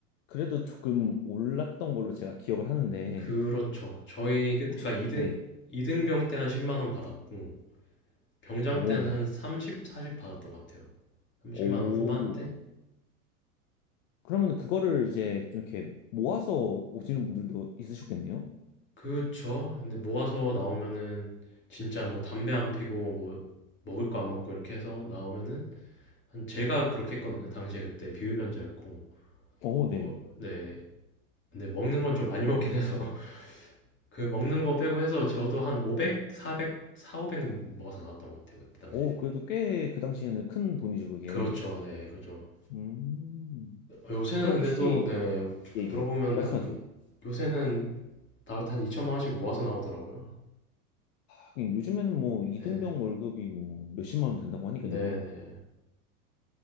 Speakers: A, on the left; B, on the left.
A: 그래도 조금 올랐던 걸로 제가 기억을 하는데,
B: 그렇죠. 저희 그때가
A: 혹시
B: 이등이등병
A: 네.
B: 때 한1 0원 받았고 병장
A: 오,
B: 때는
A: 네.
B: 한 30, 40 받았던 것 같아요. 3
A: 오.
B: 0만원 후반대?
A: 그러면 그거를 이제 좀 이렇게 모아서 오시는 분들도 있으셨겠네요?
B: 그쵸. 근데 모아서 나오면은 진짜 뭐 담배 안 피고 뭐 먹을 거 안 먹고 이렇게 해서 나오면은 한 제가 그렇게 했거든요. 당시에 그때 비흡연자였고,
A: 오,
B: 어,
A: 네.
B: 네. 근데 먹는 건 좀 많이 먹긴 해서 <laughs> 그 먹는 거 빼고 해서 저도 한 500, 400, 4, 500 먹어서 나왔던 것 같아요 그때 당시에.
A: 오, 그래도 꽤 그 당시에는 큰 돈이죠, 그게.
B: 그렇죠, 네, 그렇죠.
A: 음.
B: 요새는
A: 그럼
B: 근데
A: 혹시,
B: 또, 네,
A: 예, 예.
B: 물어보면
A: 말씀하세요.
B: 한 뭐- 요새는 나올 때 한 2천만 원씩 모아서 나오더라고요.
A: 하긴 요즘에는 뭐 이등병
B: 네,
A: 월급이 뭐 몇십만 원 된다고 하니까요.
B: 네, 네.